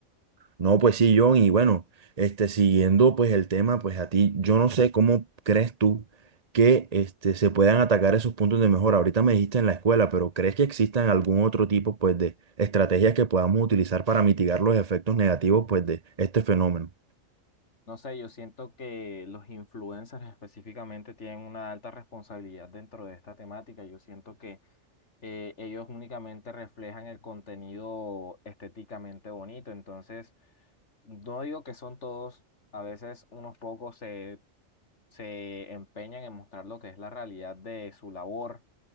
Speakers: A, on the right (about 35°); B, on the left (about 60°).
A: No, pues sí, John, y bueno, este, siguiendo pues el tema, pues a ti, yo no sé cómo crees tú que este, se puedan atacar esos puntos de mejora. Ahorita me dijiste en la escuela, pero ¿crees que existan algún otro tipo pues de estrategias que podamos utilizar para mitigar los efectos negativos pues de este fenómeno?
B: No sé, yo siento que los influencers específicamente tienen una alta responsabilidad dentro de esta temática. Yo siento que eh, ellos únicamente reflejan el contenido estéticamente bonito. Entonces, no digo que son todos, a veces unos pocos se, se empeñan en mostrar lo que es la realidad de su labor